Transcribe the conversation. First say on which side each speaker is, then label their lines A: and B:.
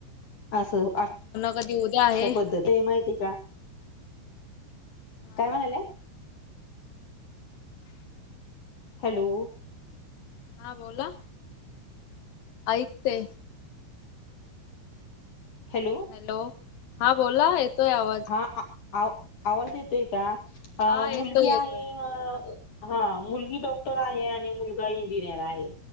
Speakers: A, on the left; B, on the left.
A: असं <unintelligible> अशा
B: कधी उद्या आहे
A: पद्धती ते माहिती का
B: हा
A: काय म्हणायला. हॅलो.
B: हा बोला. ऐकते.
A: हॅलो.
B: हॅलो हा बोला येतोय आवाज.
A: आ आ आवा आवा येतोय का
B: हा
A: अ
B: येतोय
A: मुलगी आहे.
B: येतोय.
A: हा मुलगी डॉक्टर आहे. आणि मुलगा इंजिनियर आहे.